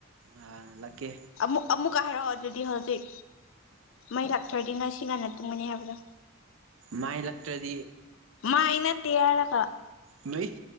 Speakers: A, on the right; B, on the left.
A: ꯑꯥ ꯂꯥꯛꯀꯦ
B: ꯑꯃꯨꯛ ꯑꯃꯨꯛꯀ ꯍꯥꯏꯔꯛꯑꯣ ꯑꯗꯨꯗꯤ ꯍꯧꯖꯤꯛ ꯃꯩ ꯂꯥꯛꯇꯔꯗꯤ ꯉꯁꯤ ꯉꯟꯅ ꯇꯨꯝꯃꯅꯤ ꯍꯥꯏꯕꯗꯣ
A: ꯃꯥꯏ ꯂꯛꯇ꯭ꯔꯗꯤ
B: ꯃꯥ ꯑꯩꯅ ꯇꯌꯥꯔ ꯍꯥꯏꯔꯒ
A: ꯃꯩ